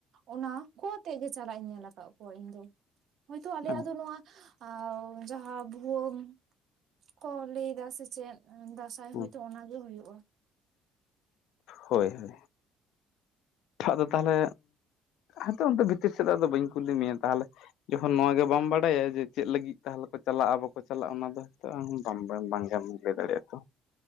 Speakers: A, on the right; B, on the left.
A: ᱚᱱᱟ ᱠᱚ ᱟᱛᱮ ᱜᱮ ᱪᱟᱞᱟᱜ ᱤᱧ ᱧᱮᱞ ᱟᱠᱟᱫ ᱠᱚᱣᱟ ᱤᱧ ᱫᱚ ᱦᱳᱭᱛᱚ ᱟᱞᱮ
B: ᱛᱟᱠᱚ
A: ᱭᱟᱜ ᱫᱚ ᱱᱚᱣᱟ ᱟᱣ ᱡᱟᱦᱟᱸ ᱵᱷᱩᱣᱟᱹᱝ ᱠᱚ ᱞᱟᱹᱭ ᱮᱫᱟ ᱥᱮ ᱪᱮᱫ ᱟᱸ ᱫᱟᱥ ᱥᱟᱸᱭ
B: ᱦᱳᱭ
A: ᱦᱳᱭᱛᱚ ᱚᱱᱟ ᱜᱮ ᱦᱩᱭᱩᱜᱼᱟ᱾
B: ᱦᱳᱭ ᱦᱳᱭ ᱟᱫᱚ ᱛᱟᱦᱚᱞᱮ ᱦᱮᱸᱛᱚ ᱚᱱᱛᱮ ᱵᱷᱤᱛᱤᱨ ᱥᱮᱫᱟᱜ ᱫᱚ ᱵᱟᱹᱧ ᱠᱩᱞᱤ ᱢᱮᱭᱟ ᱛᱟᱦᱚᱞᱮ ᱡᱚᱠᱷᱚᱱ ᱱᱚᱣᱟ ᱜᱮ ᱵᱟᱢ ᱵᱟᱲᱟᱭᱟ ᱡᱮ ᱪᱮᱫ ᱞᱟᱹᱜᱤᱫ ᱛᱟᱦᱚᱞᱮ ᱠᱚ ᱪᱟᱞᱟᱜᱼᱟ ᱵᱟᱠᱚ ᱪᱟᱞᱟᱜᱼᱟ ᱚᱱᱟ ᱫᱚ ᱦᱚᱸᱛᱚ ᱟᱢ ᱵᱟᱝ ᱵᱟᱝ ᱜᱮᱢ ᱞᱟᱹᱭ ᱫᱟᱲᱮᱭᱟᱜᱼᱟ ᱛᱚ